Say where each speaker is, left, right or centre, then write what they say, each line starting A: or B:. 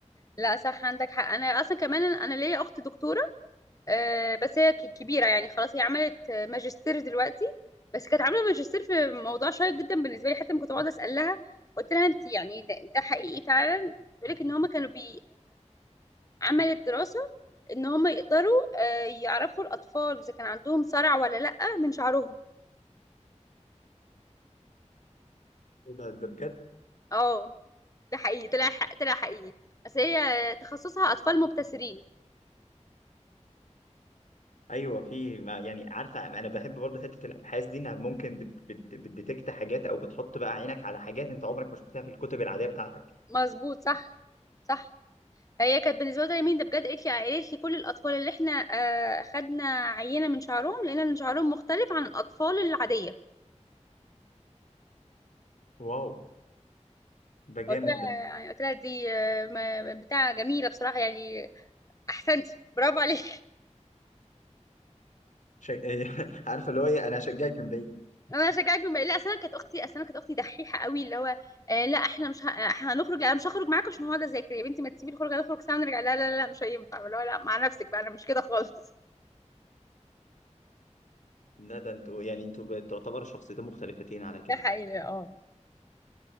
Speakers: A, on the left; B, on the left.
A: لا صح عندك حق انا اصلا كمان انا ليا اخت دكتوره آه بس هي ك- كبيره يعني خلاص هي عملت آه، ماجستير دلوقتي بس كانت عامله ماجستير في موضوع شيق جدا بالنسبه لي حتى لما كنت بقعد اسالها قلت لها انت يعني ده, ده حقيقي فعلا بيقول لك ان هم كانوا بي عملت دراسة ان هم يقدروا آه، يعرفوا الاطفال اذا كان عندهم صرع ولا لا من شعرهم
B: إيه ده ده بجد
A: اه ده حقيقي طلع حق طلع حقيقي بس هي تخصصها اطفال مبتسرين
B: ايوه في ما يعني عارفه انا بحب برضه حته الابحاث دي انها ممكن بت بت بتديتكت حاجات او بتحط بقى عينك على حاجات انت عمرك ما شفتها في الكتب العاديه بتاعتك
A: مظبوط صح صح هي كانت بالنسبه لي مين ده بجد قالت لي قالت لي كل الاطفال اللي احنا آه، خدنا عينه من شعرهم لقينا ان شعرهم مختلف عن الاطفال العاديه
B: واو ده
A: قلت
B: جامد
A: لها
B: ده
A: يعني قلت لها دي آه، ما- بتاع جميله بصراحه يعني احسنتي برافو عليك
B: شج... <laughs> عارفه اللي هو ايه انا هشجعك من بعيد
A: انا هشجعك بما لا اصل انا كانت اختي اصل انا كانت اختي دحيحه قوي اللي هو آه لا احنا مش ه... هنخرج لا أنا مش هخرج معاك عشان هقعد اذاكر يا بنتي ما تسيبي الخروجه نخرج سوا ونرجع لا لا لا مش هينفع اللي هو لا مع نفسك بقى انا مش كده خالص
B: لا ده انتوا يعني انتوا بتعتبر شخصيتين مختلفتين
A: <laughs>
B: على كده
A: ده حقيقي اه